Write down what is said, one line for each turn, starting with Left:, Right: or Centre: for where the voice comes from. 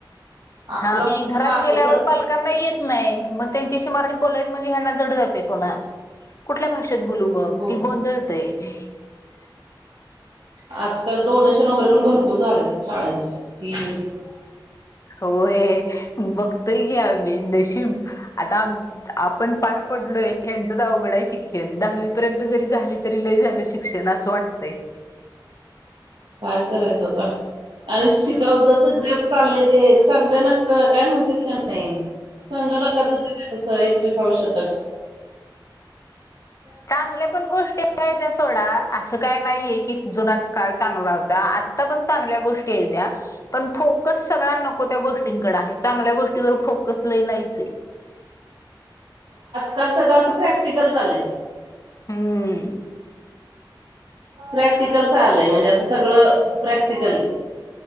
Left: हा,
Right: आपला
Left: मी घरात
Right: मागे
Left: गेल्यावर,
Right: पडतो.
Left: पालकांना येत- नाही, मग त्यांच्याशी मराठीत बोलायच म्हणजे, ह्याना जड जातंय बोलाया. कुठल्या भाषेत- बू बघ ती
Right: हो
Left: गोंधळते <unintelligible>
Right: आजकाल डोनेशन वगैरे पण भरपूर झाले शाळची फीस
Left: होय. बघतय घ्या आम्ही <unintelligible> आता आपण पार पडलोय, ह्यांचच अवघड आहे. शिक्षण दहावी पर्यंत जरी झाली, तरी लय झालं, शिक्षण अस वाटतंय.
Right: काय करायचं आता आणि शिकाव जस जग चाललंय ते संांग नक्क काय म्हणते त का नाही <inaudible> संगटकाच जग अस <unintelligible> एकविसवशतक <inaudible>
Left: चांगले पण गोष्टी आहेत त्या <unintelligible> तोडा, अस काय नाहीये की, जुनाच काळ चांगला होता. आत्ता पण चांगल्या हे त्या, पण फोकस सगळा नको त्या गोष्टीकडे आहेत. चांगल्या गोष्टीवर फोकस ल नाहीयचे <unintelligible>
Right: काल सगळं असं प्रॅक्टिकल झालंय.
Left: हम्म.
Right: प्रॅक्टिकल चालंलय म्हणजे? अस- सगळं प्रॅक्टिकली-